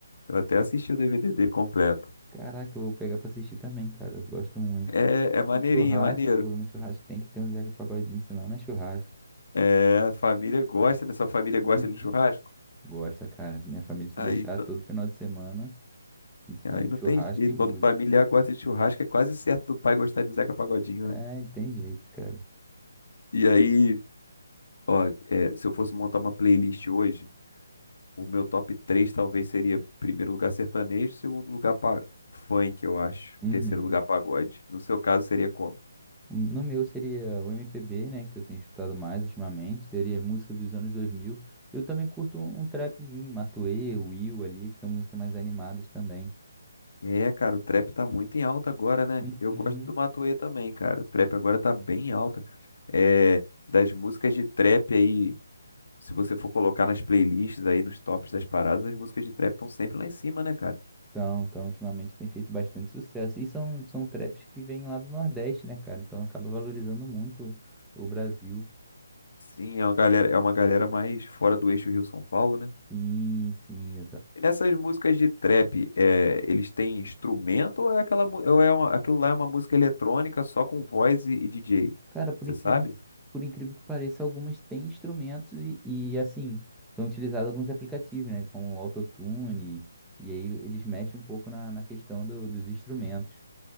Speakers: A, on the left; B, in the centre.
A: Eu até assisti o DVD dele completo.
B: Caraca, eu vou pegar pra assistir também, cara. Eu gosto muito.
A: É, é maneirinho,
B: No churrasco,
A: é maneiro.
B: pô, no churrasco tem que ter um Zeca Pagodinho, senão não é churrasco.
A: É, a família gosta, né? Sua família
B: Uhum.
A: gosta de um churrasco?
B: Gosta, cara. Minha família se
A: Aí,
B: deixar
A: t-
B: todo final de semana, a gente tá
A: aí
B: no
A: não
B: churrasco
A: tem jeito.
B: e música.
A: Quando familiar gosta de churrasco, é quase certo do pai gostar de Zeca Pagodinho,
B: É,
A: né?
B: tem jeito, cara.
A: E aí, ó, é, se eu fosse montar uma playlist hoje, o meu top 3 talvez seria primeiro lugar sertanejo, segundo lugar pa- funk, eu acho.
B: Uhum.
A: Terceiro lugar pagode. No seu caso, seria como?
B: No meu seria o MPB, né, que eu tenho escutado mais ultimamente, seria música dos anos 2000. Eu também curto um, um trapzinho, Matuê, Will ali, que são músicas mais animadas também.
A: É, cara, o trap tá muito em alta agora, né?
B: Uhum.
A: Eu gosto do Matuê também, cara. O trap agora tá bem em alta. É, das músicas de trap aí, se você for colocar nas playlists aí, nos tops das paradas, as músicas de trap estão sempre lá em cima, né, cara?
B: Então, então, ultimamente tem feito bastante sucesso. E são, são traps que vêm lá do Nordeste, né, cara? Então acaba valorizando muito o Brasil.
A: Sim, é uma galera, é uma galera mais fora do eixo Rio-São Paulo, né?
B: Sim, sim,
A: E nessas músicas de trap, é, eles têm instrumento ou é aquela, mu- ou é uma- aquilo lá é uma música eletrônica só com voz e, e DJ?
B: Cara, por
A: Você
B: incrível,
A: sabe?
B: por incrível que pareça, algumas têm instrumentos e, e, assim, são utilizados alguns aplicativos, né? Como o Autotune, e aí eles mexem um pouco na, na questão do- dos instrumentos,